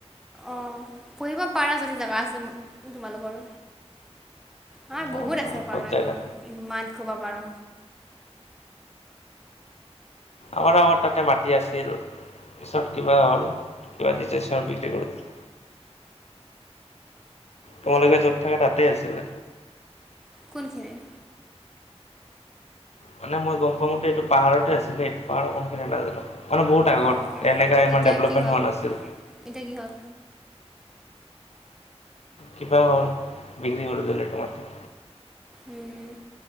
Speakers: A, in the centre; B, on the left (about 70°).
A: অ', পুহিব পাৰা যদি জেগা আছে তোমালোকৰো। আমাৰ
B: নাই
A: বহুত আছে
B: আৰু
A: পাৰ,
B: ক'ত জেগা
A: একদম ইমান সোপা পাৰ।
B: আমাৰ আগত তাতে মাটি আছিল, পিছত কিবা হ'ল, কিবা <unintelligible> তোমালোকে য'ত থাকা তাতেই আছিলে।
A: কোনখিনিত?
B: মানে মই গম পোৱা মতে এইটো পাহাৰতে আছিলে, এইটো পাহাৰৰ কোনখিনিত নাজানো। মানে বহুত আগত,
A: অঁ অঁ
B: এনেকা ইমান
A: এতিয়া
B: ডেভলপমেণ্ট
A: কি হ'ল
B: হোৱা নাছিল।
A: এতিয়া কি হ'ল?
B: কিবা হ'ল, বিগ্ৰী কৰি দিলে এইটো মাটি।
A: উম,